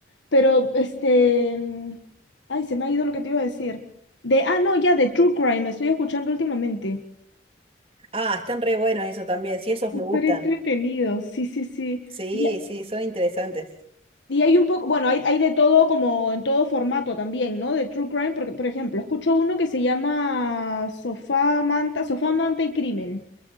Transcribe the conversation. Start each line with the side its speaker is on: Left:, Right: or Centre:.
Left: pero este, mm, ay, se me ha ido lo que te iba a decir. De, ah, no, ya, de True Crime, estoy escuchando últimamente.
Right: Ah, están re buenos eso también. Sí, esos
Left: Súper
Right: me gustan.
Left: entretenido, sí, sí, sí.
Right: Sí,
Left: Y,
Right: sí, son interesantes.
Left: y hay un poco, bueno, hay, hay de todo como en todo formato también, ¿no? De True Crime, porque, por ejemplo, escucho uno que se llama Sofá, Manta, Sofá, Manta y Crimen.